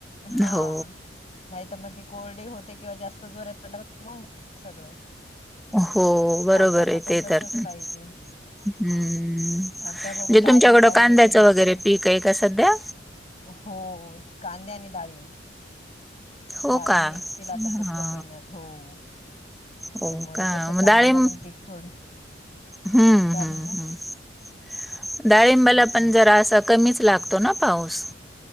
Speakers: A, on the left (about 35°); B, in the centre.
A: हा
B: हो
A: नाही तर मग ती कोरडी होते किंवा जास्त जोरात <unintelligible> पटल्या सगळं.
B: हो बरोबर
A: कांद्यांना
B: आहे
A: पण
B: ते
A: तसच
B: तर हम्म
A: पाहिजे
B: म्हणजे
A: आता बघू डाळीम
B: तुमच्याकडं
A: लावले
B: कांद्याचं
A: ते निघतील
B: वगैरे
A: पुढ
B: पीक आहे का सध्या?
A: हो कांद्या आणि डाळिंब
B: हो
A: डाळींब
B: का
A: निघतील आता पुढच्या
B: हा
A: महिन्यात हो. त्याच्यामुळे
B: हो का
A: कसं
B: मग
A: कांद्यांना
B: डाळिंब
A: पण पीक थोडं
B: हम्म
A: काय
B: हम्म
A: म्हणता
B: हम्म डाळिंबाला
A: तेच
B: पण
A: ना
B: जरा असं कमीच लागतो ना पाऊस?